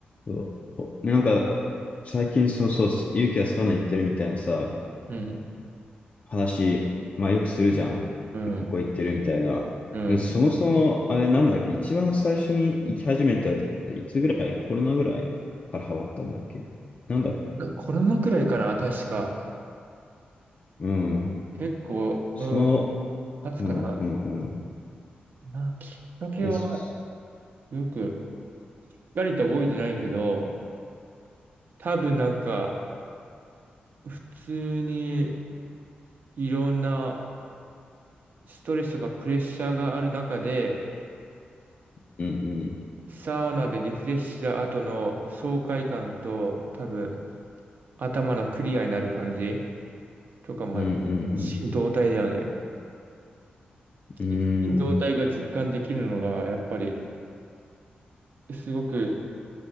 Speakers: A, on the left; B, on the right.
A: そうなんか、最近、そうそう、ゆうきはサウナ行ってるみたいなさ、
B: うん、
A: 話、まあよくするじゃん。
B: うん、
A: ここ行ってるみたいな。
B: うん。
A: でそもそも、あれなんだっけ、一番最初に行き始めたやつ、いつぐらい、コロナぐらいからハマったんだっけ。なんだ、
B: コロナくらいかな、確か。
A: うん、
B: 結構、
A: その、
B: うん、経つかな。
A: うんうんうん。
B: な、きっかけは
A: え、そ
B: よく、しっかりと覚えてないけど、多分なんか、普通にいろんなストレスとかプレッシャーがある中で、
A: うんうん、
B: サウナでリフレッシュした後の爽快感と、多分、頭のクリアになる感じとか、まあ、
A: うんう
B: 心動体だよね。
A: んうん。
B: 一心同体が実感できるのが、
A: うー
B: やっぱり、すごく